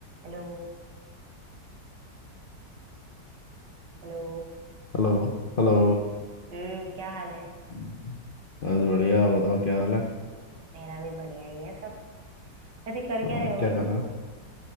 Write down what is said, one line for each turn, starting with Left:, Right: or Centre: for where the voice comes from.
Right: हेलो हेलो
Left: Hello Hello
Right: हम्म क्या हाल है
Left: हम्म। बस बढ़िया आप बताओ क्या हाल है
Right: मेरा भी बढ़िया ही है सब वैसे कर क्या
Left: और
Right: रहे हो
Left: क्या कर
Right: तुम
Left: रहे हो